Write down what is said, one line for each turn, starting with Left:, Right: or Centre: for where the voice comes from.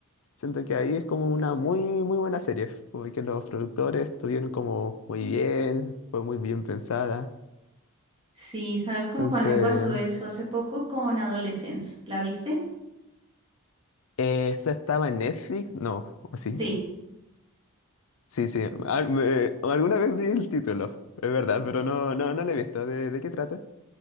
Left: siento que ahí es como una muy, muy buena serie, como que los productores estuvieron como muy bien, fue muy bien pensada.
Right: Sí, ¿sabes con
Left: Entonces,
Right: cuál me pasó eso hace poco? Con Adolescence, ¿la viste?
Left: eh, ¿esa estaba en Netflix? No, ¿o sí?
Right: Sí.
Left: Sí, sí. Al- me- alguna vez vi el título, es verdad, pero no, no, no lo he visto. ¿De, de qué trata?